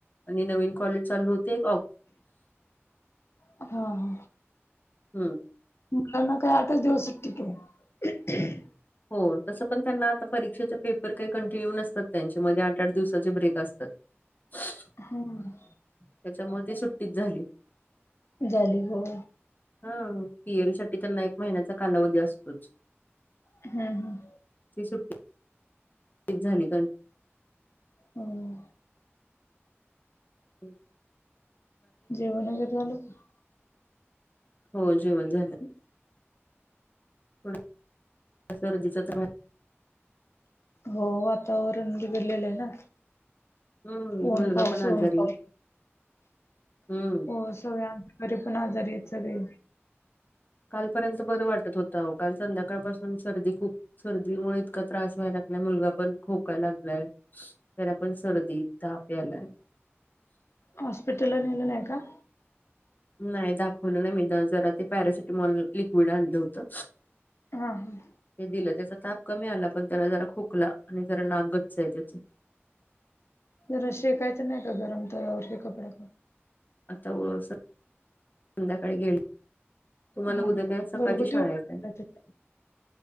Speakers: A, on the left; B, on the left.
A: आणि नवीन कॉलेज चालू होतय
B: हा हा हा
A: हं.
B: मुलांना काय आठच दिवस सुट्टी की मग
A: हो तसं पण त्यांना आता परीक्षेचे पेपर काही कंटिन्यू नसतात त्यांच्या मध्ये आठ आठ दिवसाचे ब्रेक असतात <unintelligible>
B: हा हा
A: त्याच्यामुळे ते सुट्टीच झाली.
B: झाली हो
A: हा पी एल साठी त्यांना एक महिन्याचा कालावधी असतोच.
B: हम्म हम्म
A: ते सुट टीचर झाली का
B: हम
A: हम्
B: जेवण वगरे झालं का?
A: हो जेवण झालं
B: ह
A: थोड सर्दीचा तर
B: हो वातावरण बिघडलेलं आहे ना
A: हम्म
B: ऊन
A: मुलगा
B: पाऊस
A: पण आजारी
B: ऊन पाऊस
A: आहे. हम्म
B: हो सगळ्या घरी पण आजारी आहेत सगळे
A: कालपर्यंत बरं वाटत होतं काल संध्याकाळपासून सर्दी खूप सर्दीमुळे इतका त्रास व्हायला लागलाय मुलगा पण खोकायला लागलाय. तर पण सर्दीेत ताप यालाय
B: हॉस्पिटलो नल नाहीय का
A: नाही दाखवलं नाही, मी जरा ते पॅरासिटीमॉल लिक्विड आणलं होतं.
B: हा हा
A: ते दिलं त्याचा ताप कमी आला पण त्याला जरा खोकला आणि जरा नाक गच्च आहे त्याच
B: जर शेकायचं नाही का गरम तवरती कपड्या
A: आता <inaudible> संध्याकाळी <inaudible> गेले तुम्हाला
B: हा
A: काय सकाळची
B: घरगुती
A: शाळा
B: उपाय
A: ये उद्या
B: करायचे